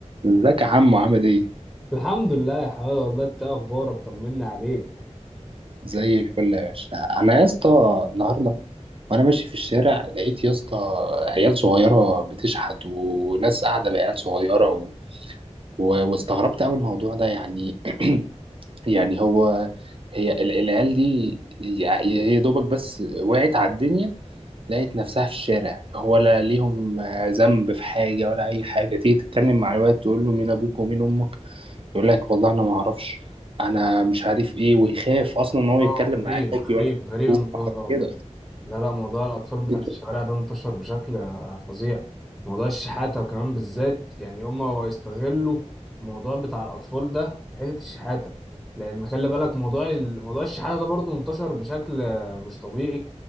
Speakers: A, on the right (about 50°); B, in the centre.
A: ازيك يا حمو عامل ايه؟
B: الحمد لله يا حماده والله انت إيه اخبارك طمنا عليك
A: زي الفل يا باشا انا يا اسطى النهارده وانا ماشي في الشارع لقيت يا اسطى عيال صغيره بتشحت وناس قاعده بعيال صغيره و... و... واستغربت قوي الموضوع ده يعني <clears throat> يعني هو هي ال- العيال دي يع- هي دوبك بس وقعت على الدنيا لقيت نفسها في الشارع هو لا ليهم ذنب في حاجه ولا اي حاجه تيجي تتكلم مع الواد تقول له مين ابوك ومين امك يقول لك والله انا ما اعرفش انا مش عارف ايه ويخاف اصلا ان هو يتكلم
B: اه غريب
A: معاك
B: غريب
A: يقول لك
B: غريب الموضوع
A: وحاجات
B: ده والله
A: كده
B: لا لا موضوع الأطفال بتاعت
A: انت
B: الشوارع ده انتشر بشكل آه، فظيع موضوع الشحاتة وكمان بالذات يعني هما يستغلوا الموضوع بتاع الأطفال ده في حتة الشحاتة لأن خلي بالك موضوع ال- موضوع الشحاتة ده برضه انتشر بشكل آه، مش طبيعي